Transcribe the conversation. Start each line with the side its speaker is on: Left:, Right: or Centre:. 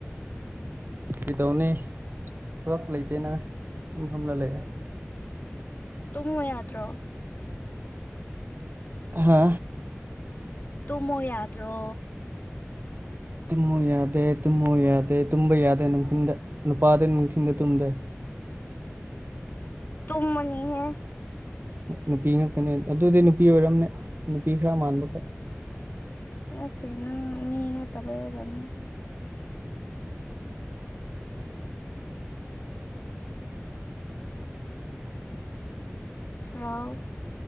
Right: ꯀꯩꯗꯧꯅꯦ ꯊꯕꯛ ꯂꯩꯇꯦꯅ ꯐꯝꯂ ꯂꯩ ꯍꯥꯏꯦ
Left: ꯪꯉ ꯌꯥꯗ꯭ꯔꯣ
Right: ꯍꯥ
Left: ꯇꯨꯡꯃ ꯌꯥꯗ꯭ꯔꯣ
Right: ꯇꯨꯝꯃꯨ ꯌꯥꯗꯦ ꯇꯨꯝꯃꯨ ꯌꯥꯗꯦ ꯇꯨꯝꯕ ꯌꯥꯗꯦ ꯅꯨꯡꯊꯤꯟꯗ ꯅꯨꯄꯥꯗꯤ ꯅꯨꯡꯊꯤꯟꯗ ꯇꯨꯝꯗꯦ
Left: ꯇꯨꯝꯃꯅꯤ ꯍꯦ
Right: ꯅꯨꯄꯤ ꯉꯥꯛꯛꯇꯅꯦ ꯑꯗꯨꯗꯤ ꯅꯨꯄꯤ ꯑꯣꯏꯔꯝꯅꯦ ꯅꯨꯄꯤ ꯈꯔ ꯃꯥꯟꯕ
Left: ꯅꯇꯦ ꯅꯪ ꯃꯤꯅ ꯇꯕꯔꯝꯅꯤ ꯔꯥꯎ